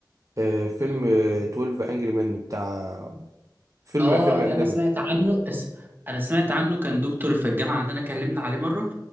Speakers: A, on the right (about 45°); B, on the right (about 25°).
A: آه، فيلم
B: مم.
A: آه، 12 انجري مان بتاع فيلم
B: اه
A: فيلم
B: ده
A: اجنبي
B: انا سمعت عنه بس انا سمعت عنه كان دكتور في الجامعه عندنا كلمنا عليه مره